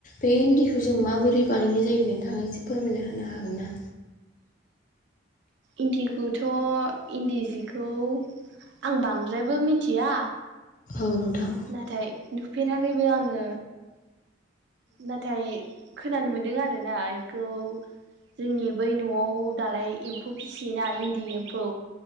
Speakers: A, on the left; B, on the right.
A: बे इन्दिखौ जों माबोरै बानायनाय जायो। नोंथाङा एसे फोरमायना होनो हागोन ना?
B: इन्दिखौथ' इन्दि जिखौ आं बांद्रायबो मिथिया
A: औ नोंथां
B: नाथाय नुफेराखैबो आङो नाथाय खोनानो मोनदों आरोना इखौ जोंनि बै न'आव दालाय एम्फौ फिसियोना इन्दि एम्फौ